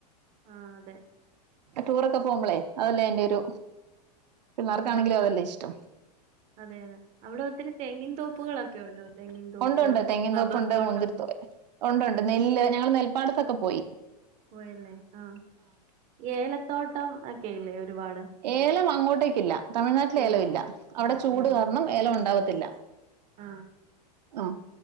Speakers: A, on the right; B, on the right.
A: ആഹ് അതെ
B: ടൂറൊക്കെ പോകുമ്പോളേ അതല്ലേ അന്റെ ഒരു പിള്ളേർക്കാണെങ്കിലും
A: അതെ അതെ
B: അതല്ലേ ഇഷ്ടം.
A: അതെ അതെ അവിടെ ഒത്തിരി തെങ്ങിൻ തോപ്പുകളൊക്കെ ഉണ്ടോ തെങ്ങിൻ തോപ്പ്
B: ഉണ്ട്ണ്ട് തെങ്ങിൻ
A: റബ്ബർ
B: തോപ്പുണ്ട്
A: തോട്ടം
B: മുന്തിരിത്തോപ്പ് ഉണ്ട് ഉണ്ട് നെല്ല് ഞങ്ങള് നെൽപ്പാടത്തൊക്കെ പോയി
A: പോയില്ലേ ആഹ് ഏലത്തോട്ടം ഒക്കെ ഇല്ലേ ഒരുപാട്
B: ഏലം അങ്ങോട്ടേക്കില്ല തമിഴ്നാട്ടില്
A: ഇല്ല
B: ഏലമില്ല അവിടെ ചൂട്
A: ഇല്ല
B: കാരണം ഏലം ഉണ്ടാാവത്തില്ല
A: ആഹ്
B: ആഹ്